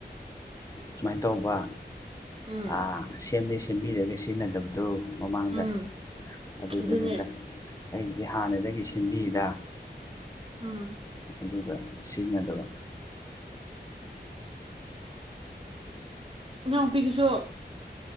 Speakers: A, on the left; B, on the right.
A: ꯁꯨꯃꯥꯏꯅ ꯇꯧꯕ
B: ꯎꯝ
A: ꯑꯥ ꯁꯦꯝꯕꯤ ꯁꯦꯝꯕꯤꯔꯒ ꯁꯤꯖꯤꯟꯅꯗꯕ ꯑꯗꯨ ꯃꯃꯥꯡꯗ
B: ꯎꯝ
A: ꯑꯗꯨꯗꯅꯤꯗꯥ
B: ꯑꯗꯨꯅꯦ
A: ꯑꯩꯒꯤꯁꯦ ꯍꯥꯟꯅꯗꯒꯤ ꯁꯦꯝꯕꯤꯗ
B: ꯎꯝ
A: ꯑꯗꯨꯒ ꯁꯤꯖꯤꯟꯅꯗꯕ
B: ꯏꯅꯥꯎꯎꯄꯤꯒꯤꯁꯨ